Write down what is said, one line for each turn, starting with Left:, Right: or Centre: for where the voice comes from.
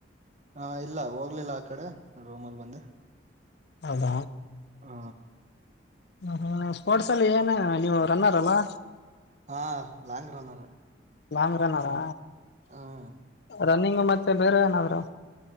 Right: ಹಾ ಇಲ್ಲ ಹೋಗ್ಲಿಲ್ಲ ಆ ಕಡೆ ರೋಮ್ ಅಲ್ಲಿ ಬಂದ್ರೆ
Left: ಅದ
Right: ಹ
Left: ಹ ಹ ಸ್ಪೋರ್ಟ್ಸ್ ಅಲ್ಲಿ ಏನ್ ನೀವು ರನ್ನರ್ ಅಲ್ಲಾ
Right: ಹಾ ಲಾಂಗ್ ರನರ್
Left: ಲಾಂಗ್ ರನ್ರಾ
Right: ಹ್ಮ್
Left: ರನ್ನಿಂಗ್ ಮತ್ತೆ ಬೇರೆ ಏನಾದ್